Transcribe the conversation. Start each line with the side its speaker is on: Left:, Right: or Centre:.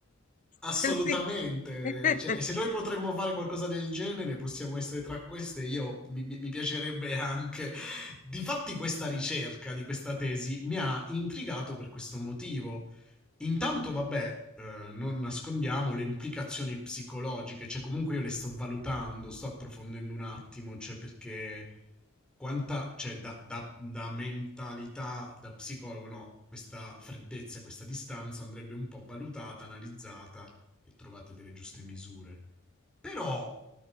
Centre: Assolutamente,
Left: <laughs> Sì. <laughs>
Centre: cioè, e se noi potremmo fare qualcosa del genere, possiamo essere tra queste. Io mi, mi- mi piacerebbe anche. Difatti, questa ricerca di questa tesi mi ha intrigato per questo motivo, Intanto, vabbè, eh, non nascondiamo le implicazioni psicologiche, cioè comunque io le sto valutando, sto approfondendo un attimo, cioè perché quanta, cioè da, da- da mentalità, da psicologo, no, questa freddezza, e questa distanza andrebbe un po' valutata, analizzata e trovate delle giuste misure. Però